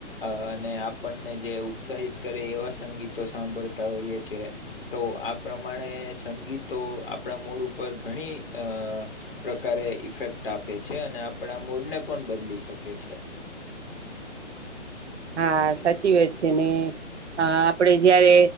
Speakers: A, on the left; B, on the right.
A: અ અને આપણને જે ઉત્સાહિત કરે એવા સંગીતો સાંભળતા હોઈએ છે. તો આ પ્રમાણે સંગીતો આપણા મૂડ ઉપર ઘણી અ પ્રકારે ઇફેક્ટ આપે છે અને આપણા મૂડને પણ બદલી શકે છે.
B: હા સાચી વાત છે ને અ આપડે જયારે‌